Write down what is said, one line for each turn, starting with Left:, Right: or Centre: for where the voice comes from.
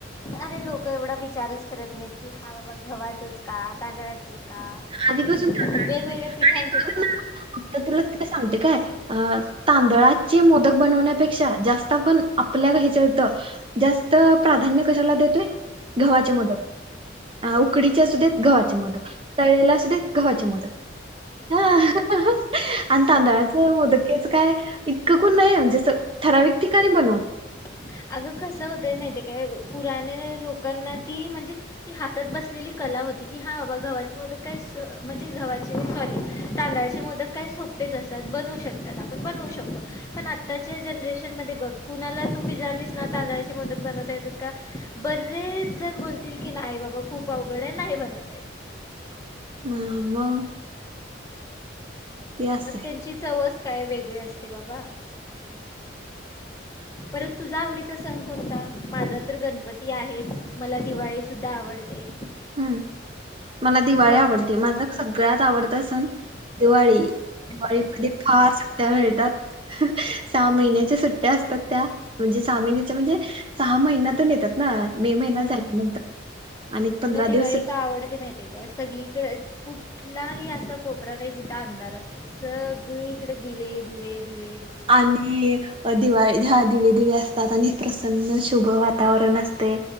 Left: अरे लोकं एवढा विचारच करत नाहीत की हा बाबा गव्हाचच. का तांदळाचच का
Right: आधीपासून
Left: म्हणजे
Right: तांदळाचेच
Left: वेगवेगळ्या पिठांच
Right: आणि
Left: का?
Right: बघ ना आता तुला काय सांगते काय तांदळाचे मोदक बनण्यापेक्षा जास्त आपण आपल्या हेच्या जास्त प्राधान्य कशाला देतोय. गव्हाचे मोदक हा उकडीचे असदेत गव्हाचे मोदक तळलेला असुदेत गव्हाचे मोदक ह आणि तांदळाचे मोदक. च काय इतकं कोुण नाही म्हणजे ठराविक ठिकाणी बनवु.
Left: <unintelligible> अगं कसं होतय माहितीय काय पुराने लोकांना ती म्हणजे ती हातात बसलेली कला. होती की हा बाबा मोदक काय म्हणजे हा सॉरी तांदळाचे मोदक काय सोपेच अस. बनवू शकतात आपण बनवू शकतो पण आताच्या जनरेशन मध्ये बघ कुनाला तु विचार विचारलीस ना तांदळा मोदक बनवता येतात का बरेच जण बोलतील कि की नाही बाबा खूप अवघड. नाही बनवता येत.
Right: हा मग हे असं
Left: पण
Right: आहे
Left: त्यांची चवच काय वेगळी असते बाबा परत तुझा आवडीचा सण कोणता माझा तर गणपती आहेच मला दिवाळी सुद्धा आवडते.
Right: हम्म मला दिवाळी
Left: तुला
Right: आवडते माझा सगळ्यात आवडता सण. दिवाळी दिवाळीमध्ये
Left: दिवाळी
Right: फार त्या मिळतात सहा महिन्याच्या सुट्ट्या असतात त्या म्हणजे सहा महिन्याच्या म्हणजे सहा महिन्यातून येतात ना मे महिना
Left: हा
Right: झाल्यानंतर आणि पंधरा
Left: मला दिवाळी
Right: दिवस सुट्टी.
Left: का आवडते माहिती काय सगळीकडं कुठलाही असा कोपरा नाही जिथं अंधार असतो सगळी इकडे दिवे दिवे दिवे दिवे
Right: आणि दिवाळी हा दिवे दिवे असतात आणि प्रसन्न शुभ वातावरण असते